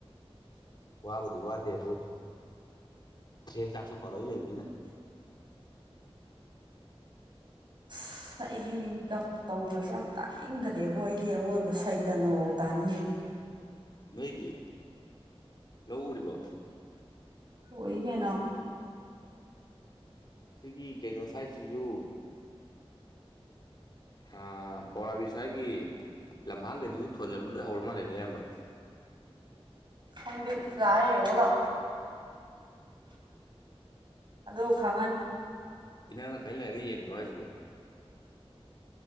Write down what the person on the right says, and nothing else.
ꯑꯁ ꯑꯩꯗꯤ ꯇꯧꯕꯁꯦ ꯌꯥꯝ ꯇꯥꯅꯤꯡꯗ꯭ꯔꯦꯕ ꯑꯩꯗꯤ ꯑꯋꯣꯏꯕ ꯁꯩꯇ ꯅꯧ ꯇꯥꯅꯤꯡꯌꯦꯦ
ꯑꯣꯏꯏ ꯀꯅ
ꯈꯟꯗꯤ ꯆꯌꯦ ꯑꯣꯂꯣ ꯑꯗꯨ ꯈꯪꯉꯅꯤ